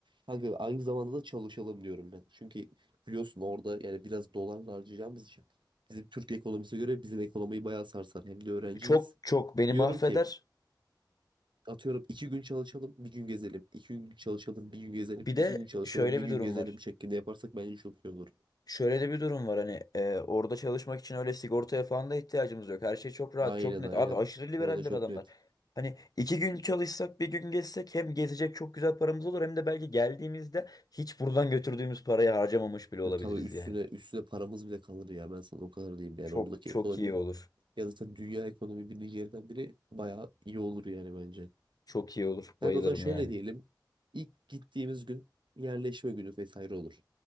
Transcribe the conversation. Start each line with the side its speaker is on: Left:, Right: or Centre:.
Right: Kanka aynı zamanda da çalışalım diyorum ben. Çünkü biliyorsun orada yani biraz dolarla harcayacağımız için bizim Türk ekonomisine göre bizim ekonomiyi bayağı sarsar. Hem de öğrenciyiz.
Left: Çok çok beni
Right: Diyorum
Left: mahveder
Right: ki atıyorum iki gün çalışalım bir gün gezelim. İki gün çalışalım bir gün gezelim.
Left: bir de
Right: İki gün çalışalım
Left: şöyle
Right: bir
Left: bir
Right: gün
Left: durum
Right: gezelim
Left: var.
Right: şeklinde yaparsak bence çok iyi olur.
Left: Şöyle de bir durum var hani e, orada çalışmak için öyle sigortaya falan da ihtiyacımız yok. Her şey çok rahat,
Right: Aynen
Left: çok net.
Right: aynen.
Left: Abi aşırı liberaller
Right: Orada çok
Left: adamlar.
Right: net.
Left: Hani iki gün çalışsak bir gün gezsek hem gezecek çok güzel paramız olur hem de belki geldiğimizde hiç buradan götürdüğümüz parayı harcamamış bile olabiliriz
Right: Ya tabii üstüne
Left: yani.
Right: üstüne paramız bile kalır ya ben sana o kadar diyeyim yani
Left: Çok
Right: oradaki
Left: çok
Right: ekonomi
Left: iyi olur.
Right: ya zaten dünya ekonomi birinci yerden biri bayağı iyi olur yani bence.
Left: Çok iyi olur. Bayılırım
Right: Kanka o zaman şöyle
Left: yani.
Right: diyelim. İlk gittiğimiz gün yerleşme günü vesaire olur.